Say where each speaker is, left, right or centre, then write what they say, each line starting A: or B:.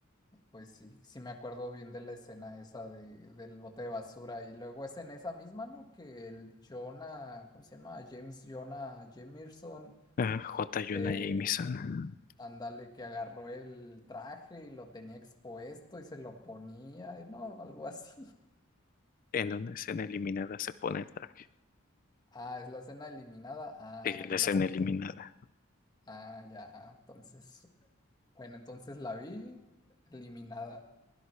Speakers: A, on the left; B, on the left.
A: pues sí, sí me acuerdo bien de la escena esa de, del bote de basura. Y luego es en esa misma, ¿no? Que el Jonah, ¿cómo se llama? James Jonah Jameson,
B: Ah, J. Jonah
A: de,
B: Jameson.
A: ándale, que agarró el traje y lo tenía expuesto y se lo ponía, y ¿no? Algo así.
B: En una escena eliminada se pone el traje.
A: Ah, es la escena eliminada. Ah,
B: Sí, la
A: y luego.
B: escena eliminada.
A: Ah, ya. Entonces. Bueno, entonces la vi eliminada.